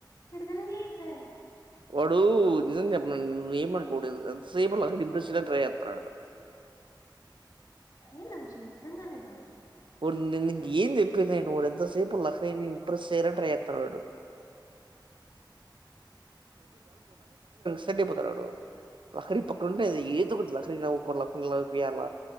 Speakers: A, on the left (about 45°); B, on the right (about 85°).
A: తిరిగి చూస్తే
B: వాడు నిజం చెప్పన నువ్ ఏమడనుకోడదు ఎంతసేపు లహరిని ఇంప్రెస్స్ చేయడానికి ట్రై చేస్తున్నాడు డు
A: ఏంది వంశీ నిజంగానేనా
B: వాడ్ నిన్ నీకెంది చెప్పేది నేనూ వాడు ఎంతసేపు లహరి క్ ఇంప్రెస్ చేయడానికి ట్రై చేస్తున్నాడు వాడు గండిక్ పోతనాడు లహరీ పక్కన ఉంటేది ఏద ఒకటి లక్కరినవ్వుకోల లహరి వియ్యాల